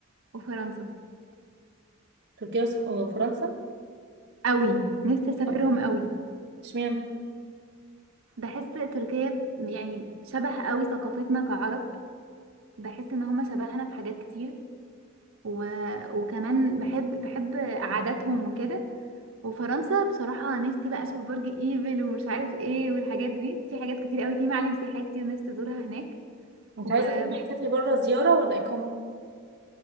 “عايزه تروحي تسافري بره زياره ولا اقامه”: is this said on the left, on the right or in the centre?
Right